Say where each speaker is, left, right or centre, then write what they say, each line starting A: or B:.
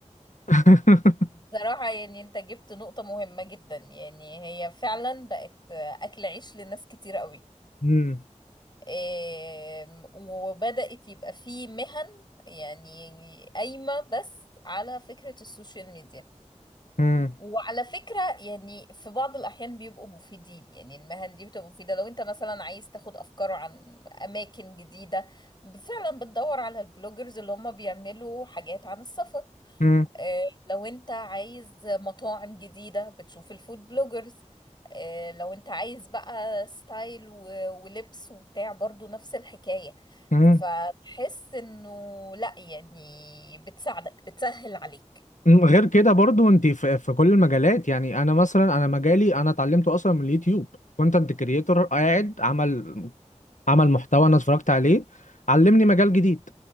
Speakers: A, on the left; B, on the left.
A: <laughs>
B: بصراحة يعني انت جبت نقطة مهمة جدا يعني هي فعلا بقت اكل عيش لناس كتير قوي
A: مم.
B: إيه وبدأت يبقى في مهن يعني قايمة بس على فكرة السوشيال ميديا
A: مم.
B: وعلى فكرة يعني في بعض الأحيان بيبقوا مفيدين يعني المهن دي بتبقى مفيدة لو أنت مثلا عايز تاخد أفكار عن أماكن جديدة فعلا بتدور على البلوجرز اللي هم بيعملوا حاجات عن السفر
A: مم.
B: آه، لو أنت عايز مطاعم جديدة بتشوف الفود بلوجرز آه، لو أنت عايز بقى ستايل و- ولبس وبتاع برضو نفس الحكاية
A: مم.
B: فتحس إنه لأ يعني بتساعدك بتسهل عليك
A: مم. غير كده برضو انت في, في كل المجالات يعني انا مثلا انا مجالي انا اتعلمته اصلا من اليوتيوب كونتنت كريتور قاعد عمل عمل محتوى انا اتفرجت عليه علمني مجال جديد